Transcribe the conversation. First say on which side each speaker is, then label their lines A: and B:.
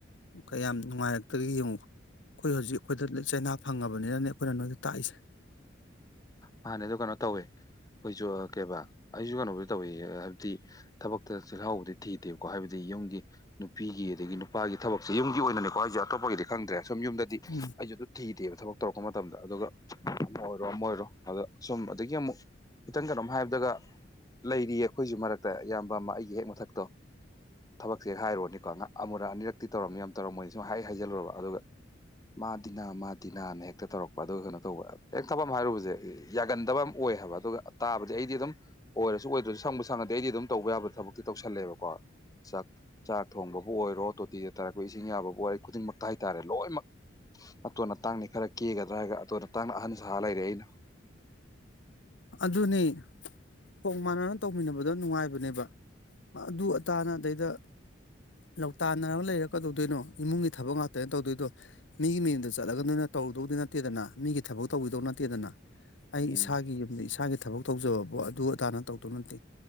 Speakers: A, on the left; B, on the left.
A: ꯀꯌꯥꯝ ꯅꯨꯡꯉꯥꯏꯔꯛꯇꯒꯦ ꯌꯦꯡꯉꯨ ꯑꯩꯈꯣꯏ ꯍꯧꯖꯤꯛ ꯑꯩꯈꯣꯏꯗ ꯆꯩꯅꯥ ꯐꯪꯉꯕꯅꯤꯅꯅꯦ ꯑꯩꯈꯣꯏꯅ ꯅꯣꯏꯗ ꯇꯥꯛꯏꯁꯦ
B: ꯃꯥꯅꯦ ꯑꯗꯨ ꯀꯩꯅꯣ ꯇꯧꯋꯦ ꯑꯩꯈꯣꯏꯁꯨ ꯀꯩꯕꯥ ꯑꯩꯁꯨ ꯀꯩꯅꯣꯗ ꯇꯧꯋ ꯍꯥꯏꯕꯗꯤ ꯊꯕꯛꯇ ꯆꯤꯜꯍꯥꯎꯗꯤ ꯊꯤꯗꯦꯕꯀꯣ ꯍꯥꯏꯕꯗꯤ ꯌꯨꯝꯒꯤ ꯅꯨꯄꯤꯒꯤ ꯑꯗꯒꯤ ꯅꯨꯄꯥꯒꯤ ꯊꯕꯛꯁꯦ ꯌꯨꯝꯒꯤ ꯑꯣꯏꯅꯀꯣ ꯑꯩꯁꯦ ꯑꯇꯣꯄꯒꯤꯗꯤ ꯈꯪꯗ꯭ꯔꯦ ꯁꯨꯝ ꯌꯨꯝꯗꯗꯤ
A: ꯎꯝ
B: ꯑꯩꯁꯨ ꯑꯗꯨꯝ ꯊꯤꯗꯦꯕ ꯊꯕꯛ ꯇꯧꯔꯛꯄ ꯃꯇꯝꯗ ꯑꯗꯨꯒ ꯑꯣꯏꯔꯣ ꯑꯃ ꯑꯣꯏꯔꯣ ꯑꯗꯣ ꯁꯨꯝ ꯑꯗꯒꯤ ꯑꯃꯨꯛ ꯈꯤꯇꯪ ꯀꯩꯅꯣꯝ ꯍꯥꯏꯕꯗꯒ ꯂꯩꯔꯤꯌꯦ ꯑꯩꯈꯣꯏꯁꯨ ꯃꯔꯛꯇ ꯏꯌꯥꯝꯕ ꯑꯃ ꯑꯩꯒꯤ ꯍꯦꯛ ꯃꯊꯛꯇꯣ ꯊꯕꯛꯁꯦꯦꯛ ꯍꯥꯏꯔꯨꯔꯅꯤꯀꯣ ꯉ ꯑꯃꯨꯔꯛ ꯑꯅꯤꯔꯛ ꯇꯤꯧꯔꯝꯃꯤ ꯌꯥꯝ ꯇꯧꯔ ꯃꯣꯏꯅ ꯁ ꯍꯥꯏ ꯍꯥꯏꯖꯜꯂꯨꯔꯕ ꯑꯗꯨꯒ ꯃꯥ ꯗꯤꯅꯥ ꯃꯥ ꯗꯤꯅꯥꯅ ꯍꯦꯛꯇ ꯇꯧꯔꯛꯄ ꯑꯗꯨꯒ ꯀꯩꯅꯣ ꯇꯧꯕ ꯍꯦꯛ ꯊꯛꯐꯝ ꯑꯃ ꯍꯥꯏꯔꯨꯕꯁꯦ ꯌꯥꯒꯟꯗꯕ ꯑꯃ ꯑꯣꯏ ꯍꯥꯏꯕ ꯑꯗꯨꯒ ꯇꯥꯕꯗꯤ ꯑꯩꯗꯤ ꯑꯗꯨꯝ ꯑꯣꯏꯔꯁꯨ ꯑꯣꯏꯗ꯭ꯔꯁꯨ ꯁꯪꯕ ꯁꯪꯉꯗꯗꯤ ꯑꯩꯗꯤ ꯑꯗꯨꯝ ꯇꯧꯕ ꯌꯥꯕ ꯊꯕꯛꯇꯤ ꯇꯧꯁꯜꯂꯦꯕꯀꯣ ꯆꯥꯛ ꯆꯥꯛ ꯊꯣꯡꯕꯕꯨ ꯑꯣꯏꯔꯣ ꯇꯣꯇꯤꯗ ꯇꯥꯔꯛꯄ ꯏꯁꯤꯡ ꯌꯥꯕꯕꯨ ꯑꯣꯏꯔ ꯈꯨꯗꯤꯡꯃꯛꯇ ꯍꯥꯏꯇꯥꯔꯦ ꯂꯣꯏꯅꯃꯛ ꯑꯇꯣꯟ ꯑ ꯇꯥꯡꯅꯤ ꯈꯔ ꯀꯦꯒꯗ꯭ꯔꯥ ꯍꯥꯏꯒ ꯑꯇꯣꯅ ꯇꯥꯡꯅ ꯑꯍꯟ ꯁꯥ ꯂꯩꯔꯦ ꯑꯩꯅ
A: ꯑꯗꯨꯅꯤ ꯍꯣꯡ ꯃꯥꯟꯅꯅ ꯇꯧꯃꯤꯟꯅꯕꯗꯣ ꯅꯨꯡꯉꯥꯏꯕꯅꯦꯕ ꯑꯗꯨ ꯑꯇꯥꯅ ꯑꯗꯩꯗ ꯂ ꯂꯧꯇꯥꯟꯅꯔꯒ ꯂꯩꯔ ꯀꯗꯧꯗꯣꯏꯅꯣ ꯏꯃꯨꯡꯒꯤ ꯊꯕꯛ ꯉꯥꯛꯇ ꯀꯃꯩꯅꯣ ꯇꯧꯗꯣꯏꯗꯣ ꯃꯤꯒꯤ ꯃꯤꯌꯨꯝꯗ ꯆꯠꯂꯒ ꯅꯅꯤꯅ ꯇꯧꯔꯨꯗꯧꯗꯤ ꯅꯠꯇꯦꯗꯅ ꯃꯤꯒꯤ ꯊꯕꯛ ꯇꯧꯕꯤꯗꯧ ꯅꯠꯇꯦꯗꯅ ꯑꯩ
B: ꯎꯝ
A: ꯏꯁꯥꯒꯤ ꯌꯨꯝꯗ ꯏꯁꯥꯒꯤ ꯊꯕꯛ ꯇꯧꯖꯕꯕꯨꯣ ꯑꯗꯨ ꯑꯗꯥꯅ ꯇꯧꯗꯧ ꯅꯠꯇꯦ